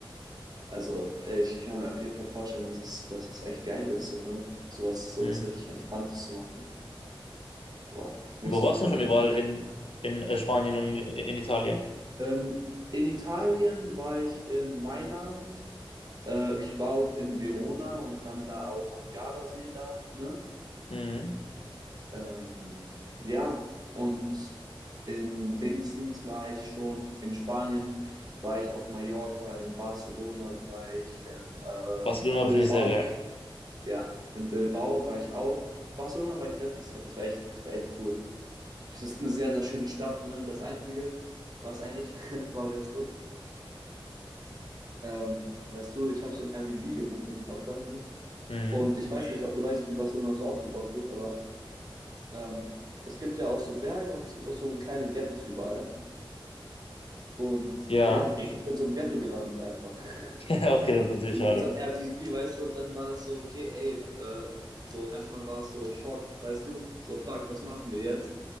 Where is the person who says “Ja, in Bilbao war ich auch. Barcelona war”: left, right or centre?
Right